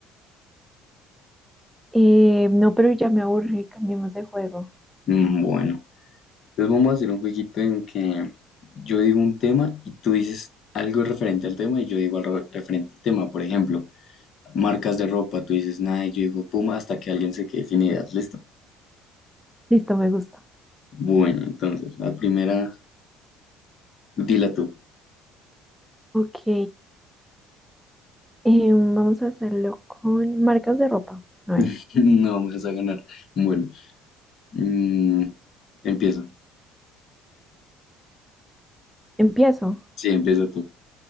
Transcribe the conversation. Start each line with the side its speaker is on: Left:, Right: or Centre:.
Centre: Eh, no, pero ya me aburrí, cambiemos de juego.
Left: Mm, Bueno, entonces vamos a hacer un jueguito en que yo digo un tema y tú dices algo referente al tema y yo digo algo referente al tema. Por ejemplo, marcas de ropa, tú dices nada y yo digo puma hasta que alguien se quede sin ideas. ¿Listo?
Centre: Listo, me gusta.
Left: Bueno, entonces, la primera. Dila tú.
Centre: Ok. Em, vamos a hacerlo con marcas de ropa. A ver,
Left: <laughs> No me vas a ganar. Bueno, mm, empieza.
Centre: empiezo.
Left: Sí, empieza tú.